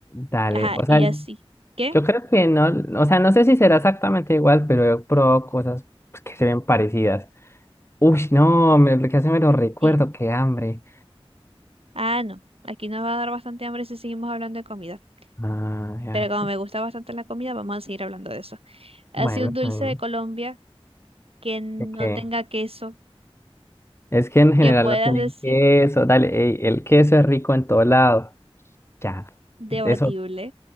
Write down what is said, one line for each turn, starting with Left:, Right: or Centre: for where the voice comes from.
Left: Dale,
Right: Ajá,
Left: o sea,
Right: y así. ¿Qué?
Left: yo creo que no, o sea, no sé si será exactamente igual, pero he probado cosas pues, que se ven parecidas. Uy, no, me, lo que hace me lo recuerdo,
Right: Sí.
Left: qué hambre.
Right: Ah, no. Aquí nos va a dar bastante hambre si seguimos hablando de comida.
Left: Ay, ay.
Right: Pero como me gusta bastante la comida, vamos a seguir hablando de eso. Así
Left: Bueno,
Right: un
Left: está
Right: dulce
Left: bien.
Right: de Colombia que no
Left: Ok.
Right: tenga queso.
Left: Es que en general
Right: que puedas
Left: no tienen
Right: decir
Left: queso, dale, ey, el queso es rico en todo lado. Ya,
Right: debatible.
Left: eso